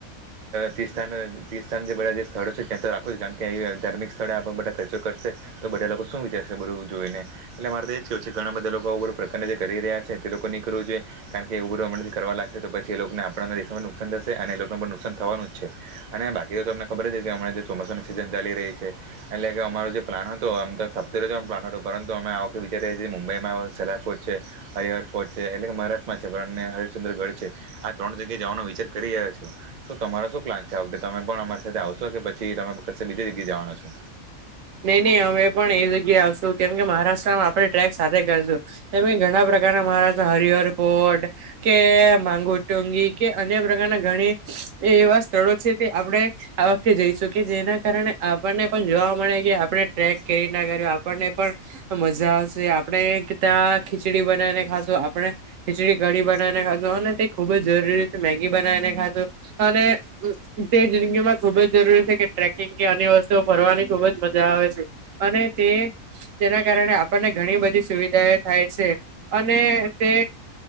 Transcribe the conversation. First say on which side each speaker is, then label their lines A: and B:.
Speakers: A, on the right; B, on the right.
A: તીર્થ તીર્સ્થ જે બધા જે સ્થળો છે ત્યાં તો રાખો છો કારણ કે ધાર્મિક સ્થળે આપ બધા ખર્ચો કરશે તો બધા લોકો શું વિચારશે બધું જોઈ ને એટલે મારે તો એ જ કેું છે કે ઘણા બધા લોકો બધુ પ્રકારના જે કરી રહ્યા છે તે લોકો નીકવું છે કારણ કે એવું બધું અમ કરવા લાગશે તો પછી એ લોકોને આપ દેશમાં નુકસાન થશે અને એ લોકોને પણ નુકસાન થવાનું જ છે અને બાકી તો તમને ખબર છે કે હમણાં જે ચોમાસાની સિઝન ચાલી રહી છે એટલે કે અમારો જે પ્લાન આમ તો <unintelligible> પ્લાન હતો પરંતુ અમે આખતે વિચારીયે એ મુંબઈમાં સેલાર્ટ છે <unintelligible> છે એટલે કે મહારાષ્ટ્રમાં છે પણ હરશચંદ્રગઢ છે આ ત્રણ જગ્યાએ જવાનો વિચાર કરી રહ્યા છો શું તમારા શું પ્લાન છે આ વખતે તમે પણ અમારી સાથે આવશો કે પછી તમે ક બીજી જગ્યા જવાના છો?
B: નઈ નહી અમે પણ એ જગ્યા આવશું કેમ કે મહારાષ્ટ્રમાં આપણે ટ્રેક સાથે કરશું તમે ઘણા પ્રકારના મહારા હરિહર પોર્ટ કે માંગુ ટુંંગી કે અન્ય પ્રકારના ઘણી એ એવા સ્થળો છે તે આપણે આ વખતે જઈશકી જેના કારણે આપણને પણ જોવા આપણે ટ્રેક કરી ના કર આપણને પણ મજા આવશે આપણે ત્યાં ખીચડી બને ખા શું આપણે ખીચડી કડી બનાવીને ખાશું અને તે ખુબ જ જરૂરી છે મેગી બનાવીને ખાશું અને તે જિંદગીમાં ખુબ જ જરૂરી છે કે ટ્રેકિંગ કે આ વસ્તુઓ ફરવાની ખુબ જ મજા આવે છે અને તે તેના કારણે આપણને ઘણી બધી સુવિધા એ થાય છે. અને તે